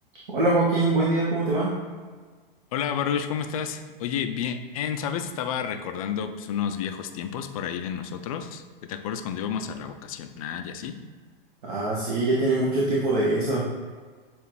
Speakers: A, on the right (about 55°); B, on the left (about 40°).
A: Hola Joaquín, buen día, ¿cómo te va?
B: Hola Baruch, ¿cómo estás? Oye, bien, ¿sabes? Estaba recordando pues, unos viejos tiempos por ahí de nosotros, que te acuerdas cuando íbamos a la vocacional y así.
A: Ah, sí, ya tiene mucho tiempo de eso.